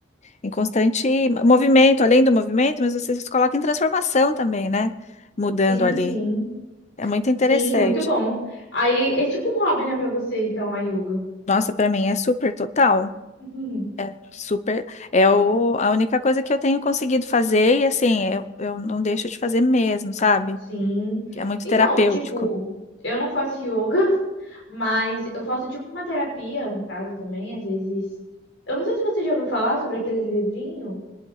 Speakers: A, on the left (about 40°); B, on the left (about 85°).
A: em constante movimento, além do movimento, mas você se coloca em transformação também, né? Mudando
B: sim,
A: ali.
B: sim,
A: É muito interessante.
B: sim, é muito bom. Aí é tipo um hobby, né, pra você, então, a yoga.
A: Nossa, para mim é super total.
B: Uhum.
A: É super. É o, a única coisa que eu tenho conseguido fazer e assim, eu, eu não deixo de fazer mesmo, sabe?
B: Sim.
A: Que é muito
B: Então,
A: terapêutico.
B: tipo, eu não faço yoga, <laughs> mas eu faço tipo uma terapia em casa também, às vezes. Eu não sei se você já ouviu falar sobre aqueles livrinhos,